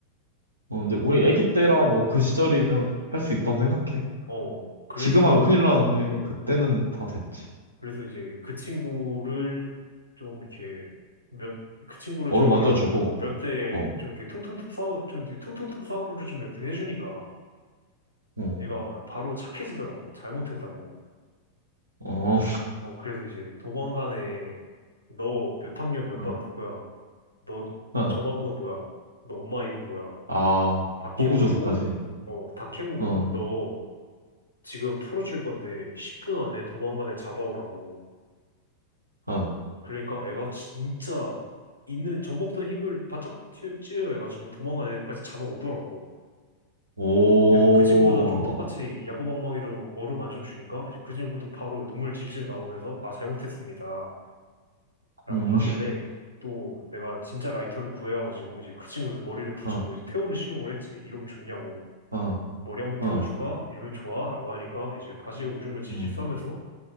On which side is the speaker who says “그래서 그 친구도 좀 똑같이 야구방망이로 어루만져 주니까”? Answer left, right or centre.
Left